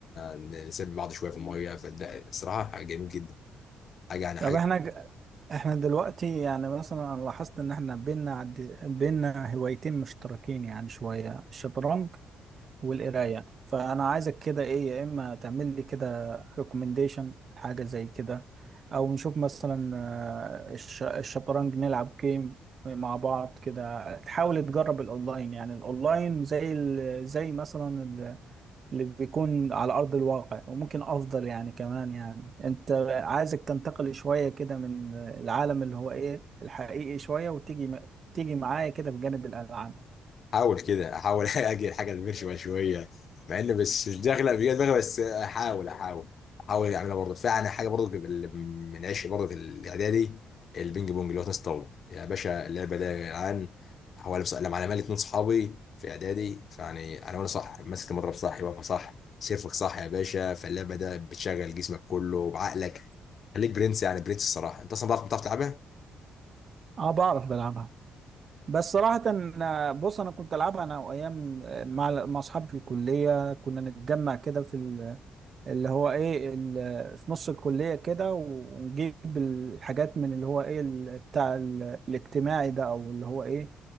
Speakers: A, on the left; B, on the right.
A: نسبي بعض شويه في الميه فده الصراحه حاجه جميل جدا حاجه يعني حاجه
B: طب احنا ج- احنا دلوقتي يعني مثلا انا لاحظت ان احنا بينا عد... بينا هوايتين مشتركين يعني شوية الشطرنج والقراية فأنا عايزك كده إيه يا إما تعمل لي كده ريكومنديشن حاجة زي كده أو نشوف مثلا آه، الش- الشطرنج نلعب جيم مع بعض كده تحاول تجرب الأونلاين يعني الأونلاين زي ال- زي مثلا ال- اللي بيكون على أرض الواقع وممكن أفضل يعني كمان يعني أنت عايزك تنتقل شوية كده من العالم اللي هو إيه الحقيقي شوية وتيجي تيجي معايا كده بجانب الألعاب
A: احاول كده احاول <laughs> اجي الحاجه اللي ماشيه شويه مع ان بس مش داخله بيا دماغي بس احاول احاول احاول اعملها برضه فعلا حاجه برضه اللي من عشق برضه في الاعدادي البينج بونج اللي هو تنس الطاوله يا باشا اللعبه ده يا جدعان هو بس لما انا مالي اتنين صحابي في اعدادي فيعني انا وانا صح ماسك المضرب صح واقفه صح سيرفك صح يا باشا فاللعبه ده بتشغل جسمك كله وعقلك خليك برنس يعني برنس الصراحه انت اصلا بتعرف بتعرف تلعبها
B: أه بعرف بلعبها بس صراحة أنا- بص أنا كنت ألعبها أنا وأيام مع مع أصحابي في الكلية كنا نتجمع كده في ال... اللي هو ايه ال- في نص الكلية كده ونجيب الحاجات من اللي هو ايه ال- بتاع ال- الاجتماعي ده او اللي هو ايه